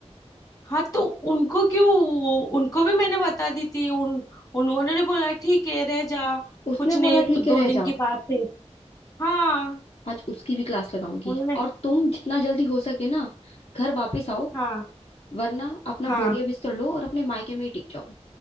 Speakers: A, on the left (about 30°); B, on the left (about 60°).
A: हाँ तो उनको क्यों उनको भी मैंने बता दी थी उन उन- उन्होंने बोला ठीक है रह जा
B: उसने
A: कुछ नहीं
B: बोला ठीक
A: तो दो
B: है रह
A: दिन
B: जा
A: की बात है हाँ
B: आज उसकी भी क्लास लगाऊंगी
A: उन्होंने
B: और तुम जितना जल्दी हो सके ना घर वापस आओ
A: हाँ
B: वरना अपना
A: हाँ
B: बोरिया बिस्तर लो और अपने मायके में ही टिक जाओ